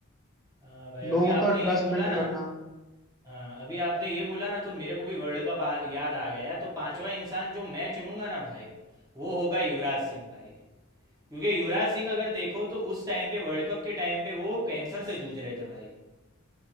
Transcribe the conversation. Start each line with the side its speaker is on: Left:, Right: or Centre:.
Right: हाँ भाई
Centre: लोगों
Right: अभी आपने
Centre: का ट्रस्ट
Right: ये बोला
Centre: बिल्ड करना
Right: ना हाँ, अभी आपने ये बोला ना तो मेरे को भी वर्ल्ड कप आ- याद आ गया तो पांचवा इंसान जो मैं चुनूंगा ना भाई वो होगा युवराज सिंह भाई क्योंकि युवराज सिंह अगर देखो तो उस टाइम पे वर्ल्ड कप के टाइम पे वो कैंसर से जूझ रहे थे भाई